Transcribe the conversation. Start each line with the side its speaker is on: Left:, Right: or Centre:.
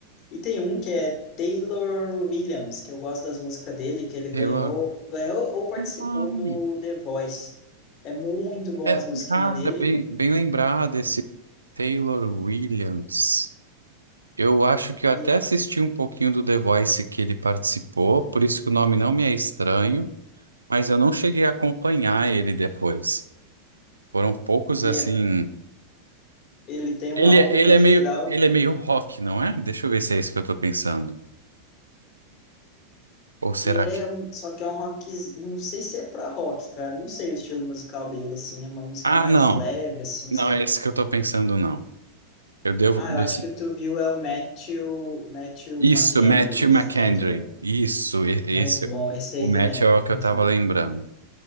Left: E tem um que é Taylor Williams, que eu gosto das músicas dele, que ele ganhou,
Right: Taylor.
Left: ganhou ou participou
Right: Ai,
Left: do The Voice. É muito bom
Right: É,
Left: as musiquinhas
Right: cara,
Left: dele
Right: bem, bem lembrado esse Taylor Williams. Eu acho que eu até
Left: e,
Right: assisti um pouquinho do The Voice que ele participou, por isso que o nome não me é estranho, mas eu não cheguei a acompanhar ele depois. Foram poucos
Left: e
Right: assim.
Left: é, ele tem
Right: Ele,
Left: um álbum
Right: ele
Left: muito
Right: é meio,
Left: legal
Right: ele é meio rock, não é? Deixa eu ver se é isso que eu tô pensando. Ou será
Left: É,
Right: que.
Left: um- só que é um rock, não sei se é pra rock, cara, não sei o estilo musical dele, assim, é uma música
Right: Ah,
Left: mais
Right: não.
Left: leve, assim,
Right: Não
Left: sabe?
Right: é esse que eu tô pensando, não. Eu devo.
Left: Ah,
Right: dois-
Left: eu acho que tu viu é o Matthew, Matthew
Right: Isso,
Left: McKendry,
Right: Matthew McCandry.
Left: McKendry,
Right: Isso, e-
Left: muito
Right: esse.
Left: bom, esse
Right: O
Left: aí
Right: Matt
Left: também,
Right: é o que
Left: muito
Right: eu tava
Left: bom.
Right: lembrando.